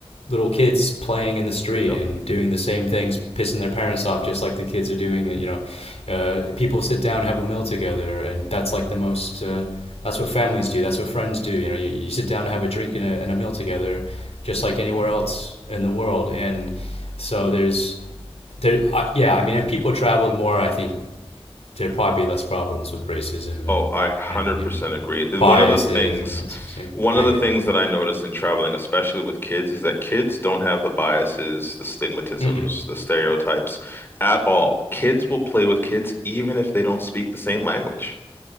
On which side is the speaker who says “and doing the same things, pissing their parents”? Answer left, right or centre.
Left